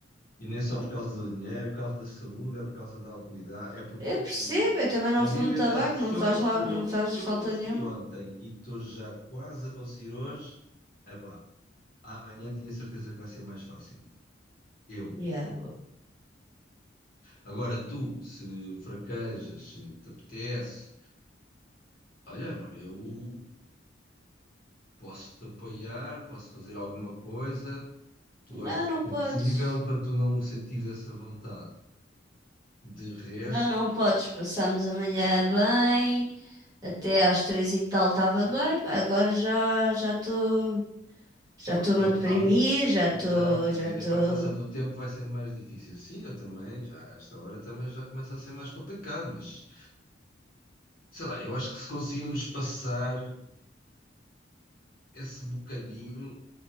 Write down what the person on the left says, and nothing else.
E nem só
por causa do dinheiro, é por causa da saúde, é por causa da autoridade, é porque
na
Bíblia
acho que se
eu
consegui,
se
eu consegui
ontem e estou já quase a conseguir hoje, epá, amanhã tinha certeza que vai ser mais fácil. Eu.
Agora tu, se fraquejas, se te apetece, olha, amor, eu posso te apoiar, posso fazer alguma coisa, tu
achas
que
é possível para tu não sentir essa vontade. De resto,
pois,
eu-
há-
exato, à
medida
que vai passando o tempo vai sendo mais difícil. Sim, eu também, já, a esta hora também já começa a ser mais complicado, mas sei lá, eu acho que se conseguirmos passar esse bocadinho,